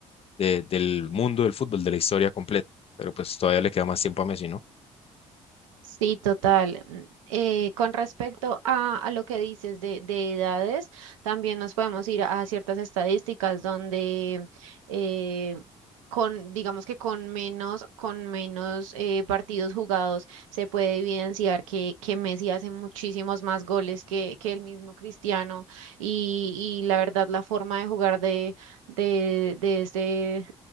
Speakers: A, on the left; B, on the right.
A: de- del mundo del fútbol, de la historia completa, pero pues todavía le queda más tiempo a Messi, ¿no?
B: Sí, total. Mm, eh, con respecto a, a lo que dices de, de edades, también nos podemos ir a, a ciertas estadísticas donde eh, con, digamos que con menos, con menos eh, partidos jugados se puede evidenciar que, que Messi hace muchísimos más goles que, que el mismo Cristiano y, y la verdad la forma de jugar de, de, de este,